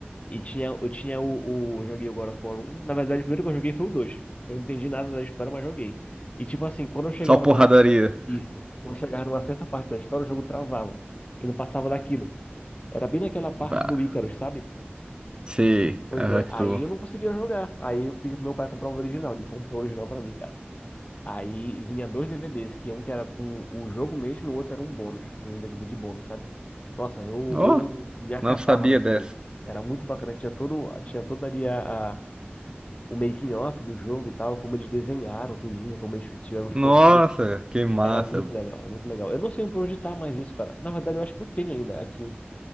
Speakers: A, on the left; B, on the right.
A: e tinha, eu tinha o, o, eu joguei o God of War 1, na verdade o primeiro que eu joguei foi o 2. Eu não entendi nada da história, mas joguei. E tipo assim, quando eu chegava
B: Só porradaria.
A: numa, isso, quando eu chegava numa certa parte da história, o jogo travava. E não passava daquilo. Era bem naquela parte
B: Bah,
A: do Icarus, sabe?
B: sei.
A: Pois
B: Aham,
A: é,
B: que
A: aí
B: tu...
A: eu não conseguia jogar. Aí eu pedi pro meu pai comprar o original. Ele comprou o original pra mim, cara. Aí vinha dois DVDs, que um que era com o jogo mesmo e o outro era um bônus, um DVD de bônus, sabe? Nossa, eu,
B: Oh,
A: eu me acabava
B: não sabia
A: naquilo
B: dessa.
A: ali. Era muito bacana, tinha todo, tinha toda ali a, a- o making of do jogo e tal, como eles desenharam tudinho, como eles tiveram os
B: Nossa,
A: conceitos.
B: que massa.
A: Era muito legal, era muito legal. Eu não sei por onde tá mais isso, cara. Na verdade, eu acho que eu tenho ainda aqui.